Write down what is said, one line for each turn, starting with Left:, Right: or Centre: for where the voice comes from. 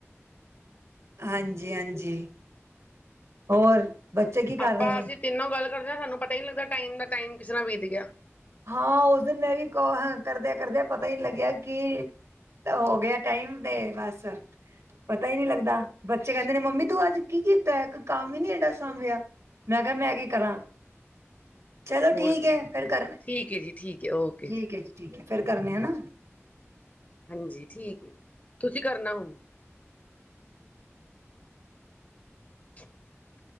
Right: ਹਾਂਜੀ-ਹਾਂਜੀ, ਹੋਰ ਬੱਚੇ ਕੀ ਕਰ
Left: ਆਪਾਂ
Right: ਰਹੇ ਨੇ
Left: ਅਸੀਂ ਤਿੰਨੋਂ ਗੱਲ ਕਰਦੇ ਹਾਂ ਸਾਨੂੰ ਪਤਾ ਹੀ ਨਹੀਂ ਲੱਗਦਾ ਟਾਈਮ ਦਾ ਟਾਈਮ ਕਿਸ ਤਰ੍ਹਾਂ ਬੀਤ ਗਿਆ।
Right: ਹਾਂ ਉਸ ਦਿਨ ਮੈਂ ਵੀ ਕਰਦੇ-ਕਰਦੇ ਪਤਾ ਹੀ ਨੀ ਲੱਗਿਆ ਕਿ ਹੋ ਗਿਆ ਟਾਈਮ ਦੇ ਬਸ ਪਤਾ ਹੀ ਨੀ ਲੱਗਦਾ, ਬੱਚੇ ਕਹਿੰਦੇ ਨੇ ਮੰਮੀ ਤੂੰ ਅੱਜ ਕੀ ਕੀਤਾ ਇੱਕ ਕੰਮ ਹੀ ਨੀ ਏਡਾ ਸਾਂਭਿਆ। ਮੈਂ ਕਿਹਾ ਮੈਂ ਕੀ ਕਰਾਂ, ਚਲੋ
Left: ਹੋਰ
Right: ਠੀਕ ਹੈ
Left: ਕੀ
Right: ਫੇਰ ਕਰ
Left: ਠੀਕ ਹੈ ਜੀ ਠੀਕ ਹੈ ਓਕੇ ਜੀ।
Right: ਠੀਕ ਹੈ ਜੀ ਠੀਕ ਹੈ ਫੇਰ ਕਰਨੇ ਆ ਹਨਾ।
Left: ਹਾਂਜੀ ਠੀਕ, ਤੁਸੀਂ ਕਰਨਾ ਹੁਣ। <unintelligible>